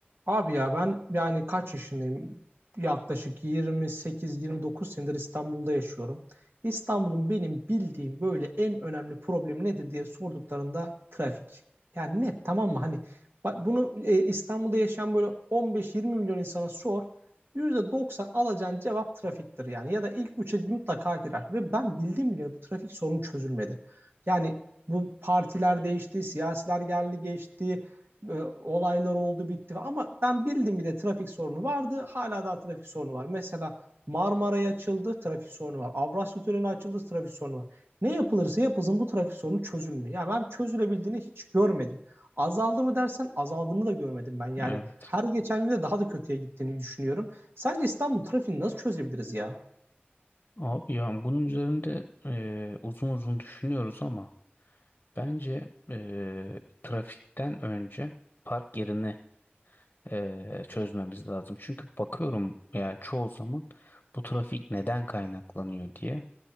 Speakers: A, on the right; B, on the left.
A: Abi ya ben yani kaç yaşındayım? Yaklaşık 28-29 senedir İstanbul'da yaşıyorum. İstanbul'un benim bildiğim böyle en önemli problemi nedir diye sorduklarında trafik. Yani net tamam mı? Hani bak bunu e, İstanbul'da yaşayan böyle 15-20 milyon insana sor. %90 alacağın cevap trafiktir yani. Ya da ilk üçe mutlaka girer. Ve ben bildiğim bile bu trafik sorunu çözülmedi. Yani bu partiler değişti, siyasiler geldi geçti e, olaylar oldu bitti ama ben bildim bile trafik sorunu vardı. Hala daha trafik sorunu var. Mesela Marmara'ya açıldı trafik sorunu var. Avrasya Tüneli açıldı trafik sorunu var. Ne yapılırsa yapılsın bu trafik sorunu çözülmüyor. Yani ben çözülebildiğini hiç görmedim. Azaldı mı dersen azaldığını da görmedim ben. Yani
B: Evet.
A: her geçen gün de daha da kötüye gittiğini düşünüyorum. Sence İstanbul trafiğini nasıl çözebiliriz ya?
B: Abi ya bunun üzerinde e, uzun uzun düşünüyoruz ama bence e, trafikten önce park yerini e, çözmemiz lazım. Çünkü bakıyorum yani çoğu zaman bu trafik neden kaynaklanıyor diye.